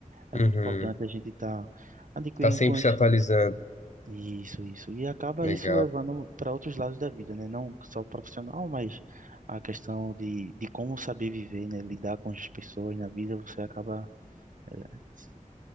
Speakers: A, on the right (about 65°); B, on the left (about 55°).
A: é
B: uhum.
A: muito importante a gente estar adquirindo
B: Tá sempre
A: conhecimento.
B: se atualizando.
A: Isso, isso. E acaba
B: Legal.
A: isso levando para outros lados da vida, né? Não só o profissional, mas a questão de, de como saber viver, né? Lidar com as pessoas na vida, você acaba é, se-